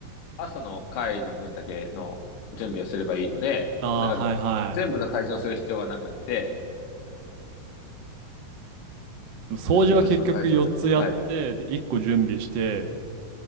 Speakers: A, on the left; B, on the right.
A: 朝の会の分だけの準備をすればいいので、
B: ああ、
A: なんか、
B: はいはい。
A: 全部の会場をする必要はなくって、
B: でも掃除は結局4つやって、
A: そうですね、一つの会場だけ。はい。
B: で、1個準備して、